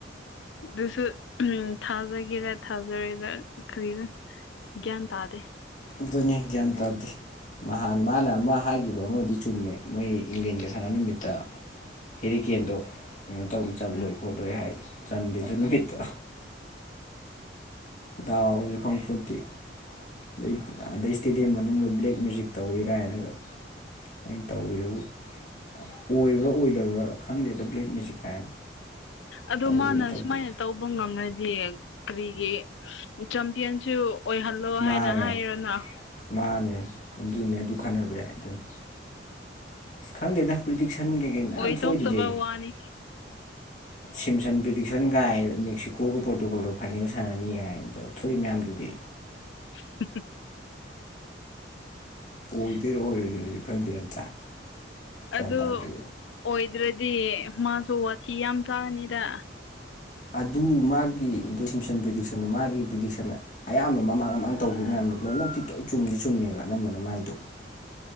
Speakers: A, on the left; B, on the left.
A: ꯑꯗꯨꯁꯨ ꯎꯝ ꯊꯥꯖꯒꯦꯔ ꯊꯥꯖꯔꯣꯏꯔ ꯀꯔꯤꯔꯥ ꯒ꯭ꯌꯥꯟ ꯇꯥꯗꯦ
B: ꯑꯗꯨꯅꯦ ꯒ꯭ꯌꯥꯟ ꯇꯥꯗꯦ ꯅꯍꯥꯟ ꯃꯥꯅ ꯑꯃ ꯍꯥꯏꯒꯤꯕ ꯑꯃꯗꯤ ꯆꯨꯝꯃꯦ ꯃꯣꯏ ꯏꯪꯂꯦꯟꯒ ꯁꯥꯟꯅ ꯅꯨꯃꯤꯠꯇ ꯍꯦꯔꯤꯀꯦꯟꯗꯣ ꯀꯩꯅꯣ ꯇꯧꯅ ꯆꯜꯂꯣꯏ
A: ꯎꯝ
B: ꯈꯣꯠꯂꯣꯏ ꯍꯥꯏ ꯆꯟꯗꯦ ꯑꯗꯨ ꯅꯨꯃꯤꯠꯇꯣ ꯗꯥꯎꯔꯖꯨ ꯈꯡꯄꯣꯟꯇꯦ ꯑꯗꯩ ꯑꯗꯩ ꯏꯁꯇꯦꯗꯤꯌꯝ ꯃꯅꯨꯡꯗ ꯕ꯭ꯂꯦꯛ ꯃꯦꯖꯤꯛ ꯇꯧꯋꯦ ꯀꯥꯏꯅꯒ ꯑꯩꯅ ꯇꯧꯋꯦꯕꯨ ꯑꯣꯏꯕ꯭ꯔꯥ ꯑꯣꯏꯗꯕ꯭ꯔꯥ ꯈꯪꯗꯦꯗ ꯕ꯭ꯂꯦꯛ ꯃꯦꯖꯤꯛ ꯀꯥꯏꯅ
A: ꯑꯗꯣ
B: ꯇꯧꯋꯤꯔ
A: ꯃꯥꯅ
B: ꯇꯧꯗꯦ
A: ꯁꯨꯃꯥꯏꯅ ꯇꯧꯕ ꯉꯝꯂꯗꯤ ꯀꯔꯤꯒꯤ ꯆꯝꯄꯤꯌꯟꯁꯨ ꯑꯣꯏꯍꯜꯂꯣ
B: ꯃꯥꯅꯦ
A: ꯍꯥꯏꯅ ꯍꯥꯏꯌꯣꯅ
B: ꯃꯥꯅꯦ ꯑꯗꯨꯅꯦ ꯑꯗꯨ ꯈꯟꯅꯕ ꯌꯥꯏ ꯑꯗꯨꯅꯤ ꯑꯁ ꯈꯪꯗꯦꯗ ꯄ꯭ꯔꯤꯗꯤꯛꯁꯟ ꯀꯩꯀꯩ ꯃꯌꯥꯝ
A: ꯑꯣꯏꯊꯣꯛꯇꯕ
B: ꯊꯣꯛꯏꯗꯨꯗꯤ
A: ꯋꯥꯅꯤ
B: ꯁꯤꯝꯁꯟ ꯄꯔꯤꯗꯤꯛꯁꯟꯒꯥꯏ ꯃꯦꯛꯁꯤꯀꯣꯒ ꯄꯣꯔꯇꯨꯒꯜꯒ ꯐꯥꯏꯅꯦꯜ ꯁꯥꯟꯅꯅꯤ ꯀꯥꯏꯅ ꯇꯧ ꯊꯣꯛꯏ ꯃꯌꯥꯝꯗꯨꯗꯤ
A: <unintelligible>
B: ꯑꯣꯏꯗꯣꯏꯔꯣ ꯑꯣꯏꯔꯣꯏꯗꯣꯏꯔꯁꯨ ꯈꯪꯗꯦ ꯑꯝꯇ ꯒ꯭ꯌꯥꯟ
A: ꯑꯗꯨ
B: ꯇꯥꯗꯦ
A: ꯑꯣꯏꯗ꯭ꯔꯗꯤ ꯃꯥꯁꯨ ꯋꯥꯊꯤ ꯌꯥꯝ ꯆꯥꯅꯤꯗ
B: ꯑꯗꯨ ꯃꯥꯒꯤ ꯗꯨ ꯁꯝꯁꯟ ꯄ꯭ꯔꯤꯗꯤꯛꯁꯟꯗꯣ ꯃꯥꯒꯤ ꯄ꯭ꯔꯤꯗꯤꯛꯁꯟ ꯑꯌꯥꯝꯕ ꯃꯃꯥꯡ ꯃꯃꯥꯡ ꯇꯧꯒꯤꯕ ꯃꯌꯥꯝꯗꯣ ꯂꯣꯏꯃꯛꯇꯤ ꯇꯣꯏ ꯆꯨꯝꯗꯤ ꯆꯨꯝꯃꯦꯕ ꯑꯅꯝꯕꯅ ꯃꯥꯏꯗꯣ